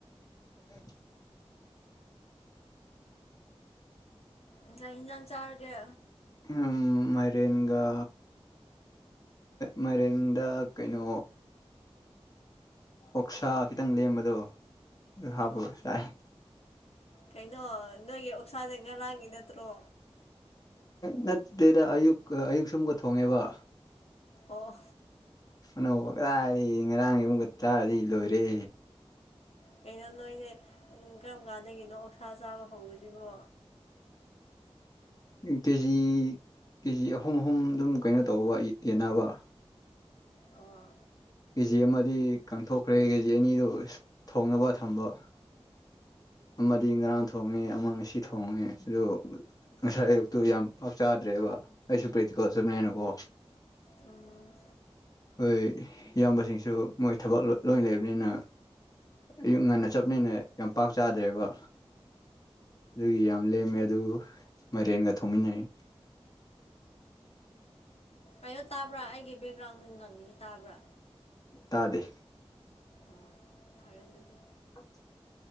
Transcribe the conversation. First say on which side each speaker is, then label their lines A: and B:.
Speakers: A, on the left; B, on the left.
A: ꯎꯝ
B: ꯏꯟꯖꯥꯡ ꯆꯥꯔꯒꯦ
A: ꯎꯝ ꯃꯔꯤ ꯏꯒ ꯃꯔꯝꯗ ꯀꯩꯅꯣ ꯑꯣꯛꯁꯥ ꯈꯤꯇꯪ ꯂꯦꯝꯕꯗꯣ ꯍꯥꯞꯄꯒ
B: ꯑ
A: ꯆꯥꯏ
B: ꯀꯩꯅꯅ ꯅ ꯄꯅꯨꯡꯁꯥꯁꯦ ꯉꯔꯥꯡꯒꯤ ꯅꯠꯇ꯭ꯔꯣ
A: ꯅꯠꯇꯦꯗ ꯑꯌꯨꯛ ꯑꯌꯨꯛ ꯁꯨꯝꯒ ꯊꯣꯡꯉꯦꯕ
B: ꯑꯣ
A: ꯑꯅꯧꯕ ꯀꯥꯗꯤ ꯉꯔꯥꯡꯒꯤ ꯑꯃꯨꯛꯒ ꯇꯥꯗꯤ ꯂꯣꯏꯔꯦ
B: ꯀꯩꯅꯣ ꯅꯣꯏꯅꯦꯦ ꯎ ꯀꯔꯝ ꯀꯥꯟꯗꯒꯤꯅꯣ ꯎꯁꯥ ꯆꯥꯕ ꯍꯧꯁꯤꯕꯣ
A: ꯀꯦꯖꯤ ꯀꯦꯖꯤ ꯑꯍꯨꯝ ꯑꯍꯨꯝ ꯑꯗꯨꯝ ꯀꯩꯅꯣ ꯇꯧꯕ ꯌꯦꯟꯅꯕ
B: ꯑꯣ
A: ꯀꯦ ꯖꯤ ꯑꯃꯗꯤ ꯀꯊꯣꯛꯈ꯭ꯔꯦ ꯀꯦ ꯖꯤ ꯑꯅꯤꯗꯨ ꯊꯣꯡꯅꯕ ꯊꯝꯕ ꯑꯃꯗꯤ ꯉꯔꯥꯡ ꯊꯣꯡꯉꯦ ꯑꯃ ꯉꯁꯤ ꯊꯣꯡꯉꯦ ꯑꯗꯨ ꯉꯁꯥꯏ ꯑꯌꯨꯛꯇꯨ ꯌꯥꯝ ꯄꯥꯛ ꯆꯥꯗ꯭ꯔꯦ ꯕ ꯑꯩꯁꯨ ꯄ꯭ꯔꯤꯇꯤꯀꯣ ꯆꯕꯅꯦꯅꯀꯣ
B: ꯎꯝ
A: ꯑꯩꯈꯣꯏ ꯏꯌꯥꯝꯕꯁꯤꯡꯁꯨ ꯃꯣꯏ ꯊꯕꯛ ꯂꯣꯏ ꯂꯩꯕꯅꯤꯅ ꯑꯌꯨꯛ ꯉꯟꯅ ꯆꯞꯅꯤꯅ ꯌꯥꯝ ꯄꯥꯛ ꯆꯥꯗ꯭ꯔꯦꯀꯣ ꯑꯗꯨꯒꯤ ꯌꯥꯝ ꯂꯦꯝꯃꯦ ꯑꯗꯨ ꯃꯥꯏꯔꯦꯟꯒ ꯊꯣꯡꯃꯤꯟꯅꯩ
B: ꯑꯌꯣ ꯇꯥꯕ꯭ꯔꯥ ꯑꯩꯒꯤ ꯕꯦꯛꯒ꯭ꯔꯥꯎꯟ ꯇꯥꯕ꯭ꯔꯥ
A: ꯇꯥꯗꯦ
B: ꯑꯣ ꯍꯔ ꯑꯗꯨꯗꯤ
A: ꯑ